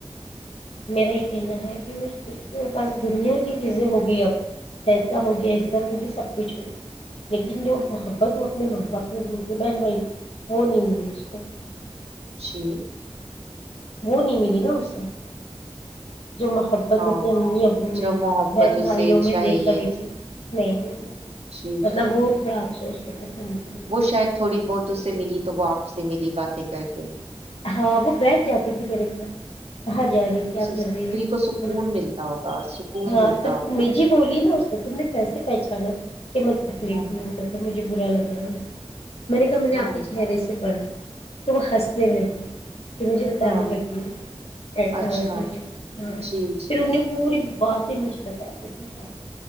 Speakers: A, on the left; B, on the right.
A: میرا یہ کہنا ہے کہ وہ اس پاس دنیا کی چیزیں ہوگی اب اییسا ہوگیا عزت ہوگی سب کچھ ہوگی لیکن جو محبت وہ اپنے ماں باپ میں ڈھونول گے بہن بھائیوں وہ نہیں ملی اس کو
B: جی
A: وہ نہیں ملی نا اسے جو محبت
B: ہاں
A: اپنے امی ابو میں
B: جو محبت
A: بہن
B: اسے
A: بھائیوں میں
B: چاہیے
A: دیکھ رہی تھی نہیں نہیں
B: جی
A: مطلب
B: جی
A: وہ تھوڑا افسوس <unintelligible> دیکھ
B: وہ
A: کے
B: شاید تھوڑی بہت اس سے ملی تو وہ آپ سے سے ملی باتیں کر کے
A: ہاں وہ بیٹھ جاتی تھی میرے پاس کہاں جا
B: ہوں،
A: رہی کیا
B: سس-
A: کر رہی ہے
B: دل کو سکون ملتا ہوگا سکون
A: ہاں
B: ملتا
A: تو
B: ہوگا
A: م جی بولی نا اس کو تم نے کیسے پہچانا کہ میں تکلیف
B: ہاں
A: میں مطلب مجھے بر لگے رہا ہے اسب میں نے کہ میں نے
B: ہاں
A: آپ چہرے سے پڑھا تو ہنسنے لگی <unintelligible> مجھے بتانے
B: ہاں
A: لگی ایسا
B: اچھا
A: ویسا بھی ہاں
B: جی جی
A: پھر انہ نے پوری بات ہی مجھ بتا دیتی س